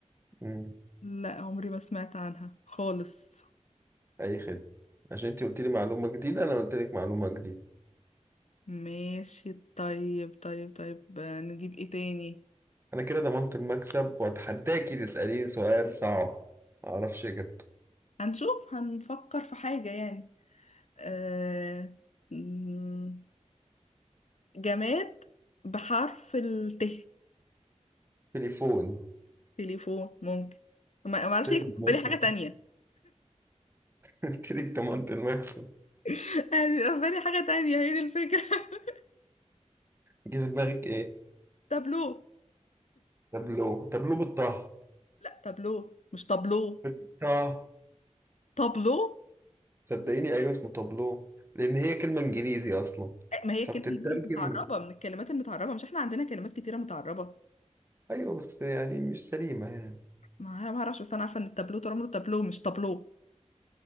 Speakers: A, on the right (about 20°); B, on the left (about 65°).
A: مم.
B: لا عمري ما سمعت عنها خالص
A: أي خدمة عشان أنت قلت لي معلومة جديدة أنا قلت لك معلومة جديدة
B: ماشي طيب طيب طيب آه، نجيب ايه تاني
A: أنا كده ضمنت المكسب وأتحداكي تسأليني سؤال صعب معرفش إجابته
B: هنشوف هنفكر في حاجة يعني أه... مم، جماد بحرف الت
A: تليفون
B: تليفون ممكن ما ما اعرفش
A: قلت
B: ليه
A: لك
B: كان
A: ضمنت
B: في بالي
A: المكسب
B: حاجة تانية
A: <laughs> قلت لك ضمنت المكسب
B: <laughs> انا بيبقى في بالي حاجة تانية هي دي الفكرة <laughs>
A: جه في دماغك إيه؟
B: تابلو
A: تابلو تابلو بالطه
B: لا تابلو مش تابلو
A: بالطه
B: تابلو
A: صدقيني ايوه اسمه تابلو لان هي كلمه انجليزي اصلا
B: ما هي
A: فبتترجم
B: كلمة انجليزي بس متعربة من الكلمات المتعربة مش احنا عندنا كلمات كتيرة متعربة
A: ايوه بس يعني مش سليمه يعني
B: ما أنا ما اعرفش بس انا عارفه ان التابلو طول عمره تابلو مش طابلو